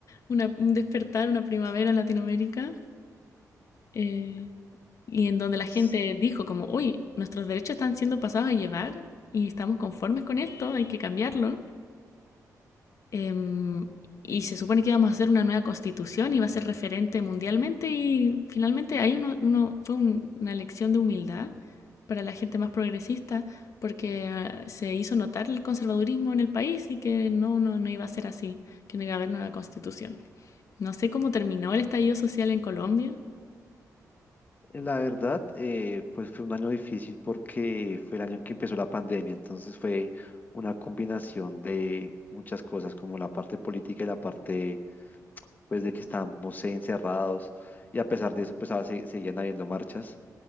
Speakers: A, on the left; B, on the left.
A: una, un despertar, una primavera en Latinoamérica, eh, y en donde la gente
B: S-
A: dijo como, uy, nuestros derechos están siendo pasados a llevar y estamos conformes con esto, hay que cambiarlo. Em, y se supone que íbamos a hacer una nueva constitución, iba a ser referente mundialmente y finalmente ahí uno, uno- fue un- una lección de humildad para la gente más progresista porque ah, se hizo notar el conservadurismo en el país y que no, no, no iba a ser así, que no iba a haber nueva constitución. No sé cómo terminó el estallido social en Colombia.
B: La verdad, eh, pues fue un año difícil porque fue el año en que empezó la pandemia, entonces fue una combinación de muchas cosas, como la parte política y la parte, pues, de que estábamos encerrados y a pesar de eso, pues, a- se- seguían habiendo marchas.